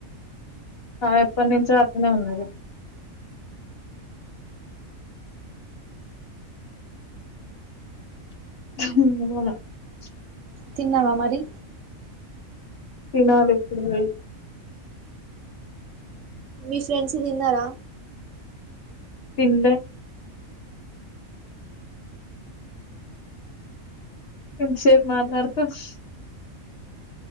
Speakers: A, on the left; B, on the right.
A: ఎప్పటి నుంచో అట్టనే ఉన్నది. <unintelligible>
B: తిన్నావా మరి
A: తిన్నలి ఇప్పుడు పోయి
B: మీ ఫ్రెండ్స్ తిన్నారా
A: తిన్లే ఎంతసేప్ మాట్లాడ్తావ్